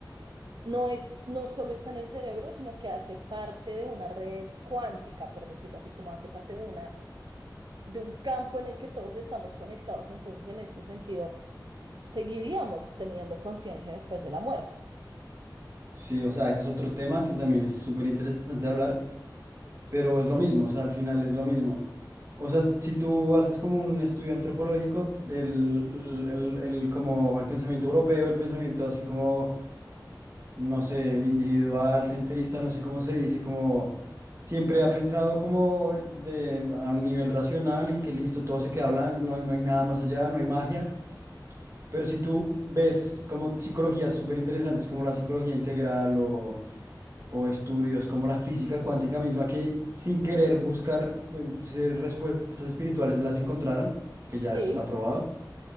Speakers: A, on the right; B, on the right.
A: no es, no solo está en el cerebro, sino que hace parte de una red cuántica, por decirlo así, como hace parte de una, de un campo en el que todos estamos conectados. Entonces, en este sentido, seguiríamos teniendo conciencia después de la muerte.
B: sí, o sea, ese es otro tema que también es súper interesante hablar. pero es lo mismo, o sea, al final es lo mismo. O sea, si tú haces como un estudio antropológico, el, el- el- como el pensamiento europeo, el pensamiento así como, no sé, individual, centrista, no sé cómo se dice, como siempre ha pensado como de, a un nivel racional y que listo, todo se queda blanco, no hay, no hay nada más allá, no hay magia. Pero si tú ves como psicologías súper interesantes como la psicología integral o o estudios como la física cuántica misma que sin querer buscar eh, ser respuestas espirituales las encontraron, que ya
A: Sí,
B: eso está probado.